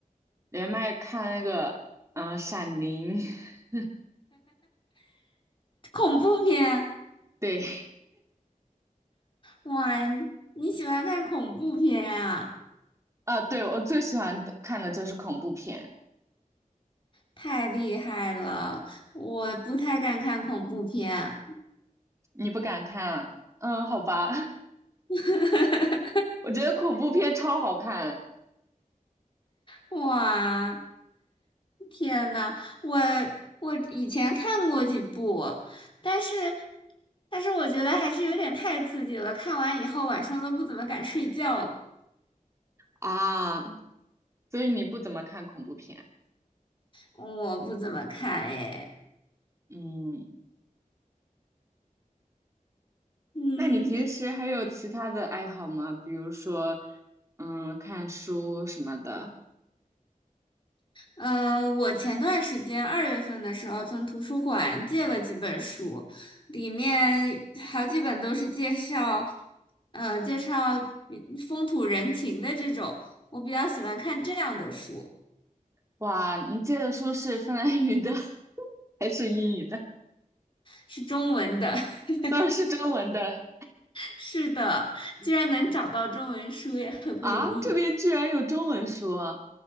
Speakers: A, on the right (about 20°); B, on the left (about 40°).
A: 连麦看那个，嗯、《闪灵》，<laughs>
B: 恐怖片，
A: 对，
B: 哇，你你喜欢看恐怖片啊？
A: 啊，对，我最喜欢的看的就是恐怖片，
B: 太厉害了，我不太敢看恐怖片。
A: 你不敢看啊嗯，好吧，
B: <laughs>
A: <laughs> 我觉得恐怖片超好看
B: 哇，天呐，我我以前看过几部，但是但是我觉得还是有点太刺激了，看完以后晚上都不怎么敢睡觉了。
A: 啊，所以你不怎么看恐怖片，
B: 我不怎么看诶，
A: 嗯。
B: 嗯。
A: 那你平时还有其他的爱好吗？比如说，嗯，看书什么的。
B: 嗯，呃我前段时间二月份的时候从图书馆借了几本书，里面好几本都是介绍，嗯、介绍比风土人情的这种，我比较喜欢看这样的书，
A: 哇，你借的书是芬兰语的 <laughs> 还是英语的？
B: 是中文的。<laughs>
A: 当然是中文的
B: 是的，居然能找到中文书也很不容易，
A: 啊！这边居然有中文书啊，